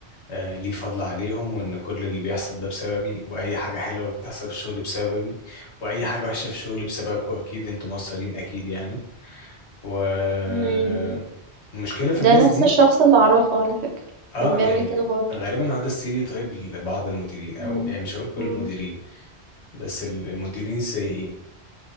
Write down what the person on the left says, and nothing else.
آه ليه فضل عليهم وان كل اللي بيحصل ده بسببي واي حاجه حلوه بتحصل في الشغل بسببي واي حاجه وحشه في الشغل بسببكم اكيد انتوا مقصرين اكيد يعني والمشكلة
في الناس
دي
اه
يعني
غالبا هو ده السيري طيب لبعض المديرين او
يعني مش هقول كل
المديرين بس ال- المديرين السيئين